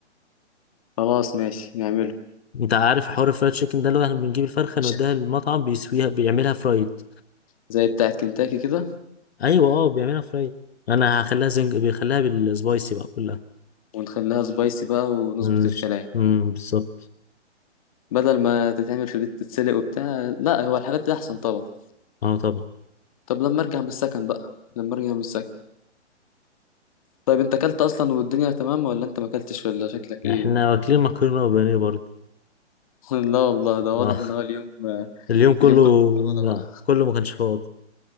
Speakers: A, on the left (about 30°); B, on the left (about 60°).
A: خلاص ماشي نعمله
B: انت عارف حوار الفرايد تشيكن ده اللي هو احنا بنجيب الفرخه
A: مش
B: نوديها
A: انت-
B: المطعم بيسويها بيعملها فرايد
A: زي بتاعت كنتاكي كده
B: ايوه اه بيعملها فرايد انا هخليها زنج بيخليها بالسبايسي بقى كلها
A: ونخليها سبايسي بقى ونظبط
B: مم،
A: الكلام
B: مم، بالظبط
A: بدل ما تتعمل في البيت تتسلق وبتاع لا هو الحاجات دي احسن طبعا
B: اه طبعا
A: طب لما ارجع من السكن بقى لما ارجع من السكن طيب انت اكلت اصلا والدنيا تمام ولا انت ما اكلتش ولا شكلك ايه
B: احنا واكلين مكرونه وبانيه برضه
A: <laughs> لا والله ده واضح
B: اه
A: ان هو اليوم
B: <laughs> اليوم كله
A: اليوم كله مكرونه
B: ما-
A: بقى
B: كله ما كانش فاضي